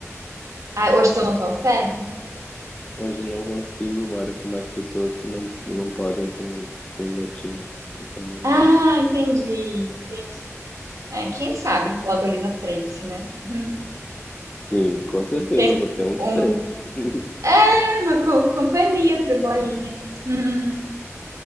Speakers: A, on the right; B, on the left.
A: ah, hoje você não consegue?
B: Hoje não consigo, moro com mais pessoas que não, não podem com, com gatinhos. Então não
A: Ah,
B: dá.
A: entendi, entendi. É, quem sabe logo ali na frente, né? Uhum.
B: Sim, com certeza
A: Quem
B: eu vou ter uns
A: um
B: três. <laughs>
A: é uma co- companhia pro bolinha. Uhum.